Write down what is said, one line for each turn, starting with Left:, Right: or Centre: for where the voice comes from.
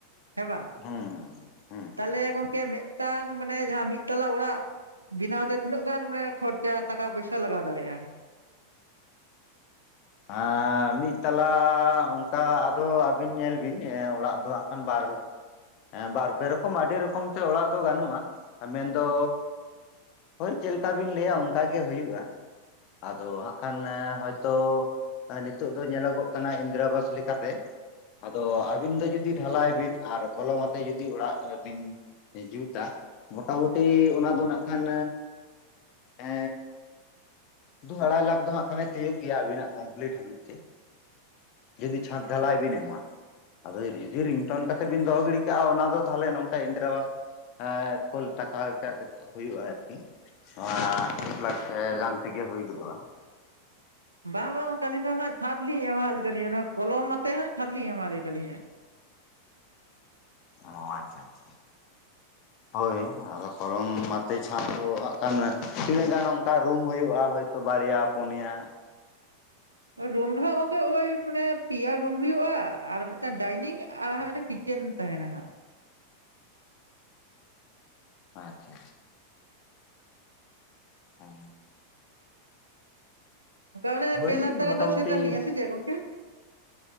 Right: ᱦᱮᱸ ᱵᱟᱝ
Left: ᱦᱩᱸ ᱦᱩᱸ
Right: ᱛᱟᱦᱚᱞᱮ ᱜᱚᱝᱠᱮ ᱢᱮᱜᱴᱟᱝ ᱢᱟᱱᱮ ᱡᱟᱦᱟᱸ ᱢᱤᱫ ᱛᱟᱞᱟ ᱚᱲᱟᱜᱼᱼ ᱵᱮᱱᱟᱣ ᱛᱮ ᱛᱤᱱᱟᱹᱜ ᱜᱟᱱ ᱢᱟᱱᱮ ᱠᱷᱚᱨᱪᱟ ᱴᱟᱠᱟ ᱯᱚᱭᱥᱟ ᱞᱟᱜᱟᱣ ᱫᱟᱲᱮᱭᱟᱜᱼᱟ
Left: ᱟᱻ ᱢᱤᱫ ᱛᱟᱞᱟ ᱚᱝᱠᱟ ᱟᱫᱚ ᱟᱹᱵᱤᱱ ᱧᱮᱞ ᱵᱤᱱ ᱮᱸ ᱚᱲᱟᱜ ᱫᱚ ᱦᱟᱸᱜ ᱠᱷᱟᱱ ᱵᱟᱨ ᱼᱼ ᱵᱟᱨ ᱯᱮ ᱨᱚᱠᱚᱢ ᱟᱹᱰᱤ ᱨᱚᱠᱚᱢ ᱛᱮ ᱚᱲᱟᱜ ᱫᱚ ᱜᱟᱱᱚᱜᱼᱟ ᱢᱮᱱ ᱫᱚᱼᱼ ᱦᱳᱭ ᱪᱮᱜ ᱞᱮᱠᱟ ᱵᱤᱱ ᱞᱟᱹᱭᱟ ᱚᱱᱠᱟ ᱜᱮ ᱦᱩᱭᱩᱜᱼᱟ ᱟᱫᱚ ᱦᱟᱸᱜ ᱠᱷᱟᱱ ᱦᱳᱭ ᱛᱚᱼᱼ ᱦᱟᱱᱮ ᱱᱤᱛᱚᱜ ᱫᱚ ᱧᱮᱞᱚᱜᱚᱜ ᱠᱟᱱᱟ ᱤᱱᱫᱨᱟᱵᱟᱥ ᱞᱮᱠᱟ ᱛᱮᱼᱼ ᱟᱫᱚ ᱟᱹᱵᱤᱱ ᱫᱚ ᱡᱩᱫᱤ ᱰᱷᱟᱞᱟᱭ ᱵᱤᱱ ᱟᱨ ᱠᱚᱞᱚᱢ ᱟᱛᱮ ᱡᱩᱫᱤ ᱚᱲᱟᱜ ᱵᱤᱱᱼᱼ ᱡᱩᱛᱟ ᱢᱚᱴᱟᱢᱩᱴᱤ ᱚᱱᱟ ᱫᱚ ᱱᱟᱜ ᱠᱷᱟᱱ ᱮᱼᱼ ᱫᱩ ᱟᱲᱟᱭ ᱞᱟᱠᱷ ᱫᱚ ᱦᱟᱸᱜ ᱠᱷᱟᱱ ᱮ ᱛᱤᱭᱳᱜ ᱜᱮᱭᱟ ᱟᱵᱤᱱᱟᱜ ᱠᱚᱢᱯᱞᱤᱴ ᱦᱟᱹᱵᱤᱡ ᱛᱮ ᱡᱩᱫᱤ ᱪᱷᱟᱸᱫᱽ ᱰᱷᱟᱞᱟᱭ ᱵᱤᱱ ᱮᱢᱟ ᱟᱫᱚ ᱡᱩᱫᱤ ᱨᱤᱝᱴᱚᱱ ᱠᱟᱛᱮ ᱵᱤᱱ ᱫᱚᱦᱚ ᱜᱤᱰᱤ ᱠᱟᱜᱼᱟ ᱚᱱᱟ ᱫᱚ ᱛᱟᱦᱚᱞᱮ ᱱᱚᱝᱠᱟ ᱤᱱᱫᱨᱟ ᱵᱟᱥᱼᱼ ᱮ ᱠᱳᱞ ᱴᱟᱠᱟ <unintelligible> ᱦᱩᱭᱩᱜᱼᱟ ᱟᱨᱠᱤ ᱱᱚᱣᱟ ᱮᱠ ᱞᱟᱠᱷ ᱜᱟᱱ ᱛᱤᱜᱮ ᱦᱳᱭ ᱜᱚᱫᱚᱜᱼᱟ
Right: ᱵᱟᱝ <unintelligible> ᱟᱞᱤᱧ ᱫᱚ ᱱᱟᱸᱜ ᱪᱷᱟᱫ ᱞᱤᱧ ᱮᱢᱟᱜ <unintelligible> ᱠᱚᱞᱚᱢ ᱟᱛᱮ ᱦᱟᱸᱜ ᱪᱷᱟᱫᱽ ᱞᱤᱧ ᱮᱢᱟ ᱞᱟᱭ ᱫᱟᱞᱤᱧ ᱦᱟᱜ
Left: ᱚ ᱟᱪᱪᱷᱟ ᱟᱪᱪᱷᱟ ᱦᱳᱭ ᱟᱫᱚ ᱠᱚᱞᱚᱢ ᱟᱛᱮ ᱪᱷᱟᱸᱫ ᱫᱚ ᱦᱟᱸᱜ ᱠᱷᱟᱱ ᱛᱤᱱᱟᱹᱜ ᱜᱟᱱ ᱚᱝᱠᱟ ᱨᱩᱢ ᱦᱳᱭᱳᱜᱼᱟ ᱦᱳᱭ ᱛᱚ ᱛᱚ ᱵᱟᱨᱭᱟ ᱯᱩᱱᱭᱟ
Right: ᱨᱩᱢ ᱨᱮᱦᱚᱸ ᱜᱚᱝᱠᱮ ᱳᱭ ᱢᱟᱱᱮ ᱯᱮᱭᱟ ᱨᱩᱢ ᱦᱩᱭᱩᱜᱼᱟ ᱟᱨ ᱢᱤᱫᱴᱟᱝ ᱰᱟᱭᱱᱤᱝ ᱟᱨᱼᱼ ᱠᱤᱪᱮᱱ ᱛᱟᱦᱮᱱᱟ ᱦᱟᱸᱜ
Left: ᱚ ᱟᱪᱪᱷᱟ ᱟᱪᱪᱷᱟ <inaudible>
Right: ᱛᱟᱦᱞᱮ
Left: ᱦᱳᱭ
Right: ᱯᱮ ᱞᱟᱠᱷ ᱴᱟᱠᱟ
Left: ᱢᱚᱴᱟᱢᱩᱴᱤ
Right: ᱫᱚ ᱥᱮᱴᱮᱨ ᱞᱤᱧᱟ ᱥᱮ ᱪᱮᱫ ᱜᱚᱝᱠᱮ?